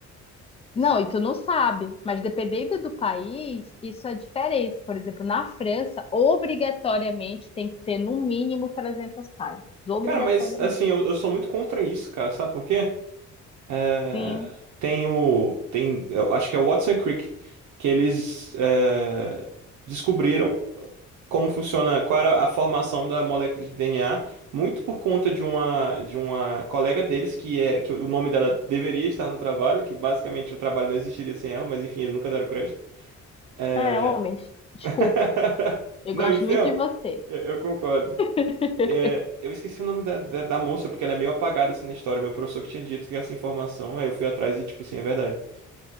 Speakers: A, on the left (about 20°); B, on the right (about 70°).
A: Não,
B: Você-
A: e tu não sabe, mas dependendo do país, isso é diferente. Por exemplo, na França, obrigatoriamente tem que ter no mínimo 300 páginas, obrigatoriamente.
B: Cara, mas assim, eu, eu sou muito contra isso, cara, sabe por quê? É,
A: Sim,
B: tem o, tem, eu acho que é o Watson Crick, que eles é, descobriram como funciona, qual era a formação da molécula de DNA, muito por conta de uma, de uma colega deles, que é, que o nome dela deveria estar no trabalho, que basicamente o trabalho não existiria sem ela, mas enfim, eles nunca deram crédito. É...
A: é, homens, desculpa,
B: <laughs>
A: eu
B: Não,
A: gosto
B: enfim,
A: muito
B: não.
A: de você.
B: Eu eu concordo.
A: <laughs>
B: É, eu esqueci o nome da, da, da moça, porque ela é meio apagada assim na história. Meu professor que tinha dito que essa informação, aí eu fui atrás e, tipo assim, é verdade.